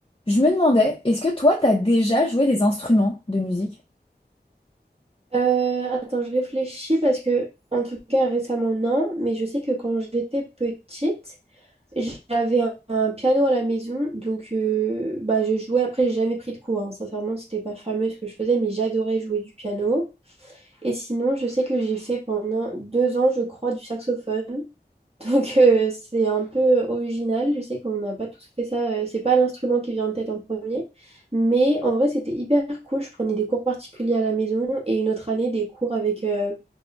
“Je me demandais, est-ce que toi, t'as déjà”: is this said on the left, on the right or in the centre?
Left